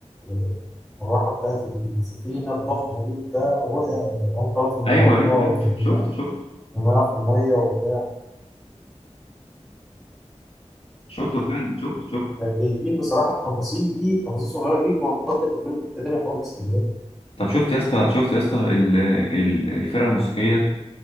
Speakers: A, in the centre; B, on the left.
A: آه، المروحة بتاعت السفينة الضخمة دي بتاع وقع وقع في المروحة
B: ايوه ايوه
A: ولما
B: ايوه ش- شفت شفت
A: وقع في المية وبتاع
B: شفته فعلا شفته شفته
A: جايبين بصراحه التفاصيل دي التفاصيل الصغيره دي ودت الفيلم في حته تانيه خالص يعني
B: طب شفت يا اسطى شفت يا اسطى ال- ال- الفرقه الموسيقيه